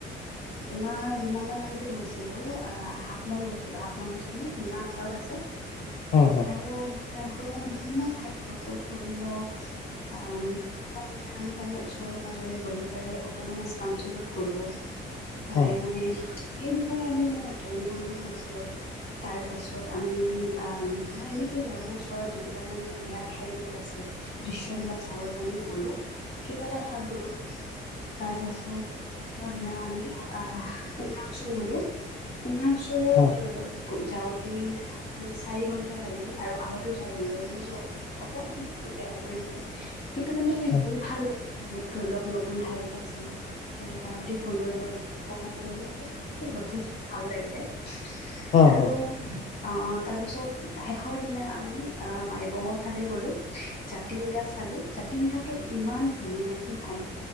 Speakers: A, on the left; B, on the left.
A: এমাহ দুমাহ মান আগতে গৈছিলো, আ হাফলং গৈছিলো, হাফলংটো চানে ডিমা হাছও ত আছে। <inaudible>
B: অ' অ'।
A: আৰু তাত গৈ মানে বিভিন্ন ঠাইত গ'লো ধৰি লওক আ, প্ৰথম দিনা আমি তাৰে ওচৰে পাজৰে গ'লো, তাৰে অটনমাচ কাউনচিলত গ'লো, তাৰে
B: হম
A: মানে সেই বিষয়ে আমি মানে অধ্যয়ন কৰিও গৈছিলো। তাৰপাছত আমি এনেকেই আৰু, ওচৰত যিবিলাক মানে ধুনীয়া ঠাইবিলাক আছে। দৃশ্যবিলাক চাবলৈ আমি গলো, কিবা এটা হঠৎ গলো, তাৰ পাছত, দ্বিতীয় দিনা আমি আহ উমৰাংচু গ'লো, উমৰাংচত
B: হম
A: যাওঁতে মানে চাৰি ঘন্টা লাগিলে, আৰু আহোতেওঁ চাৰি ঘন্টা লাগিছে চ' অকনমান বতৰটো বেয়া কৰিছিলে, কিন্ত মানে
B: হম
A: গৈ ভাল লাগিল। বহুত ধৰি লওঁক নতুন ঠাই বিলাক চালো। তাৰে প্ৰাকৃতিক সৌন্দৰ্যবিলাক উপভোগ কৰিলো, সেইয়ে যথেষ্ট ভাল লাগিলে। আৰু
B: হম হম
A: অ', তাৰপিছত শেষৰ দিনা আমি মাইবঙৰ ফালে গ'লোঁ, জাতিংগা চালোঁ। জাতিংগাটো ইমান ধুনীয়া কি ক'ম।